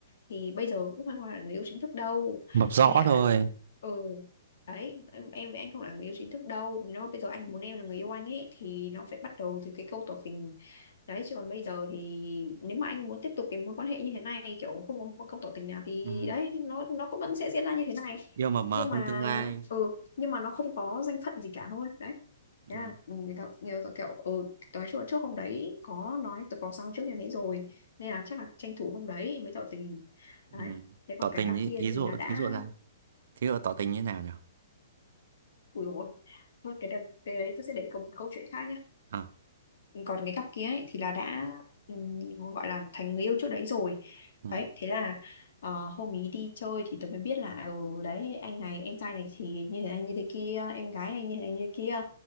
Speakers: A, on the left; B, on the right.
A: thì bây giờ cũng không phải là người yêu chính thức đâu
B: mập rõ
A: anh ạ
B: thôi
A: ừ đấy em em với anh không là người yêu chính thức đâu nếu mà bây giờ anh muốn em là người yêu anh ấy thì nó phải bắt đầu từ cái câu tỏ tình đấy chứ còn bây giờ thì nếu mà anh muốn tiếp tục cái mối quan hệ như thế này kiểu không có một câu tỏ tình nào thì
B: ừ.
A: đấy nó nó cũng vẫn sẽ diễn ra như thế này
B: yêu mập mờ
A: nhưng mà
B: không tương lai
A: ừ nhưng mà nó không có danh phận gì cả thôi đấy Thế
B: ừ.
A: là ừ, người ta, người ta kiểu ừ, nói chung là trước hôm đấy có nói tôi có sao trước như thế rồi nên là chắc là tranh thủ hôm đấy mới tỏ tình đấy
B: Ừ.
A: thế còn
B: tỏ
A: cái
B: tình
A: cặp
B: ý,
A: kia
B: ý
A: thì
B: dụ
A: là đã
B: thí dụ là thí dụ tỏ tình như nào nhỉ
A: ủi rồi thôi cái, đợt- cái đấy tôi sẽ để câu, một câu chuyện khác nhé
B: à.
A: còn cái cặp kia ấy, thì là đã ừm, gọi là thành người yêu trước đấy rồi
B: Ừ.
A: đấy thế là ờ, hôm ý đi chơi thì tôi mới biết là ừ đấy anh này em trai này thì như thế này như thế kia em gái này như thế này như thế kia